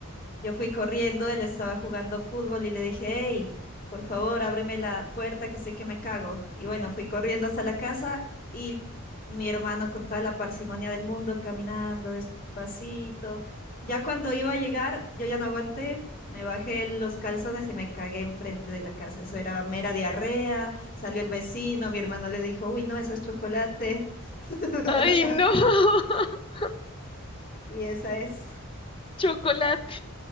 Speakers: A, on the left; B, on the left.
A: yo fui corriendo, él estaba jugando fútbol y le dije, hey, por favor, ábreme la puerta que sé que me cago. Y bueno, fui corriendo hasta la casa y mi hermano con toda la parsimonia del mundo, caminando despacito. Ya cuando iba a llegar, yo ya no aguanté, me bajé los calzones y me cagué enfrente de la casa. Eso era mera diarrea, salió el vecino, mi hermano le dijo, uy, no, eso es chocolate. <laughs>
B: Ay, no. <laughs>
A: Y esa es.
B: Chocolate.